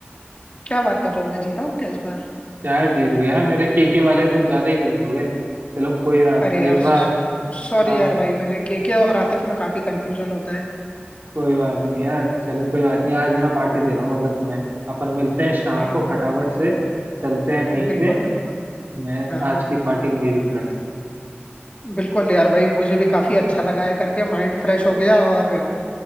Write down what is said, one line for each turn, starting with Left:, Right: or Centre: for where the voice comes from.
Left: क्या बात कर रहा हूँ मैं जीता हूँ क्या इस बार
Right: शायद जीत गए यार मेरे केके वाले कुछ ज्यादा ही गलत हो गए चलो कोई बात
Left: अरे
Right: नहीं
Left: यार
Right: इस बार
Left: सॉरी
Right: हाँ
Left: यार भाई मैंने केके और आतिफ में काफी कंफ्यूजन होता है
Right: कोई बात नहीं यार चलो कोई बात नहीं आज मैं पार्टी दे रहा हूँ मतलब तुम्हें अपन मिलते हैं शाम
Left: हाँ
Right: को
Left: हाँ
Right: फटाफट से चलते हैं कहीं
Left: बिल्कुल
Right: से
Left: बिल्कुल
Right: मैं
Left: हाँ
Right: आज
Left: हाँ
Right: की पार्टी मेरी तरफ से
Left: बिल्कुल यार भाई मुझे भी काफी अच्छा लगा है करके माइंड फ्रेश हो गया और